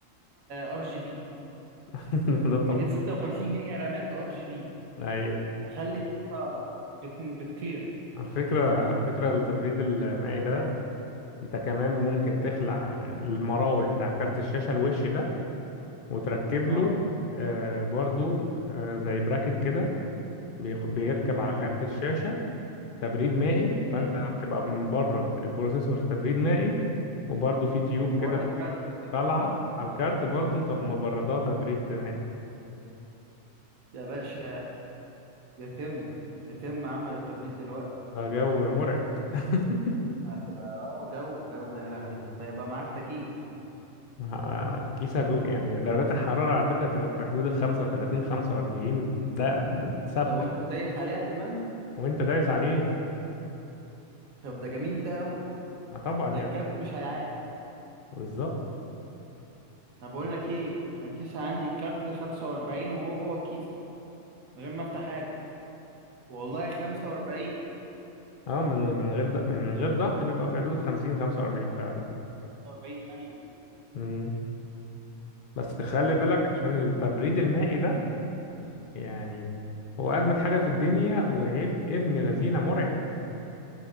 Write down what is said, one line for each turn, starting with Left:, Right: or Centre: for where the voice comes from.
Right: ار جي بي
Left: <laughs> ده طبيعي
Right: 256 جيجا رامات ار جي بي
Left: ايوه
Right: اخلي الكيسة بت- بتطير
Left: على فكرة على فكرة التبريد المائي ده انت كمان ممكن تخلع المراوح بتاع كارت الشاشة الوش ده وتركب
Right: اه
Left: له آه، برضو آه، زي براكت كده بيخ- بيركب على
Right: امم
Left: كارت الشاشة تبريد مائي فانت
Right: امم
Left: بتبقى مبرد البروسيسور تبريد مائي وبرضو في تيوب
Right: بورد
Left: كده
Right: الكارت
Left: طالعة
Right: اه
Left: على الكارت برضه مط- مبردات تبريد دماغي
Right: يا باشا يتم يتم عمل التبريد دلوقتي
Left: ده جو مرعب <laughs>
Right: هتبقى اه جو جو يا لهوي انت هيبقى معاك تكييف
Left: ه- كيسة جو يعني درجات الحرارة على فكرة تبقى في حدود ال 35 45 ده م- ثابتة
Right: لو انت دايس عليها كمان
Left: وانت دايس عليها
Right: طب ده جميل ده قوي
Left: ما طبعا
Right: ده
Left: يعني
Right: الكارت مش هيعاني
Left: بالظبط
Right: انا بقول لك ايه انا الكيس عندي الكارت ده 45 وهو جوه الكيس من غير ما افتح حاجه والله 45
Left: اه من من غير ض- من من غير ضغط بيبقى في حدود 50 45 فعلا
Right: 45 ايوه
Left: مم. بس تخلي
Right: ف
Left: بالك عشان التبريد المائي ده يعني هو أجمد حاجة في الدنيا وعيب ابن لذينة مرعب